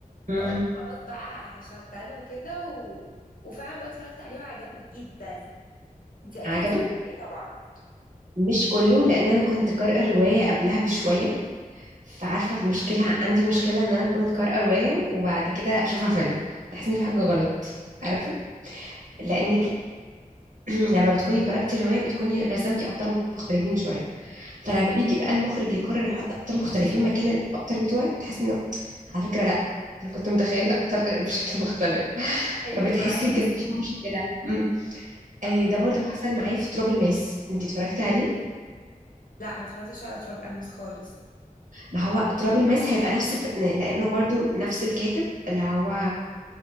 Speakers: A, on the right; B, on the left.
A: امم
B: فقلت خلاص بقى هشغله وكده و... وفعلا بقى اتفرجت عليه وعجبني جدا انت اكيد
A: عجبك؟
B: اتفرجتي عليه طبعا
A: مش كله لان انا كنت قارئة الرواية قبلها بشوية فعارفة في مشكلة عندي مشكلة ان انا كنت قارئة رواية وبعد كده اشوفها فيلم بحس ان في حاجة غلط عارفة؟
B: مهم
A: لانك <clears throat> لما بتكوني قرأتي رواية بتكوني رسمتي ابطال مختلفين شوية فلما بيجي بقى المخرج يقرر يحط ابطال مختلفين مكان الابطال بتوعك بتحس انه على فكره لا انا كنت متخيله ابطال بشكل مختلف <laughs>
B: ايوه
A: فبتحسي
B: ايوه
A: بجد في مشكله امم أي
B: آه،
A: ده برضه حصل معايا في ترابل ماس انت اتفرجتي عليه
B: لا ما اتفرجتش على تراب المس خالص
A: ما هو ترابل ماس هيبقى نفس ف... لانه برضه نفس الكاتب اللي هو